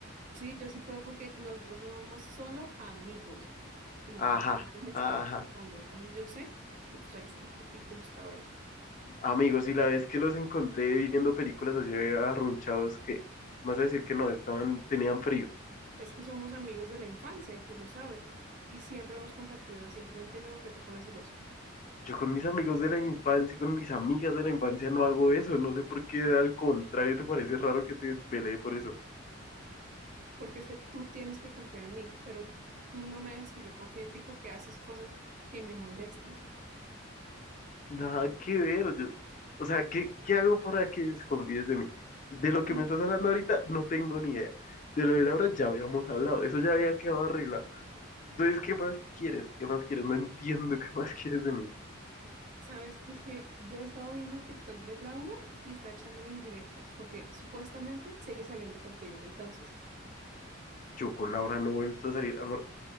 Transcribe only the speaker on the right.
Sí, yo sí puedo porque nosotros somos solo amigos y no
pasa nada. Él me estaba
gustando. A cambio, yo sé que tú saliste porque a ti te gustaba ella.
Es que somos amigos de la infancia y tú lo sabes. Y siempre hemos compartido así. No entiendo por qué te pones celoso.
Porque es que tú tienes que confiar en mí, pero tú no me dejas que yo confíe en ti porque haces cosas que me molestan.
Mm,
¿Sabes? Es que yo estaba viendo el TikTok de Laura y está echándome indirectas porque supuestamente sigue saliendo contigo. Entonces.